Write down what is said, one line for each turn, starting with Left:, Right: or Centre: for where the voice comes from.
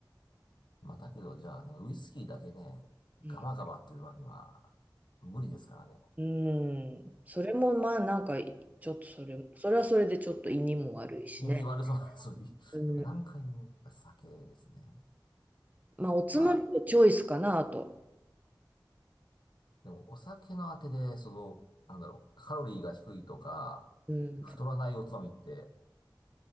Left: まあ、だけど、じゃあね、ウイスキーだけね、
Right: うん
Left: ガバガバっていうわけには無理ですからね。
Right: うん。それもまあなんか、ちょっとそれ、それはそれでちょっと胃にも悪いしね。
Left: 胃に悪そうな、<laughs> そういう、
Right: うん。
Left: やっぱ何回もやっぱ酒ですね。
Right: まあ、おつまみのチョイスかなと。
Left: まあ、でもお酒のあてで、その、なんだろう、カロリーが低いとか、
Right: うん。
Left: 太らないおつまみって、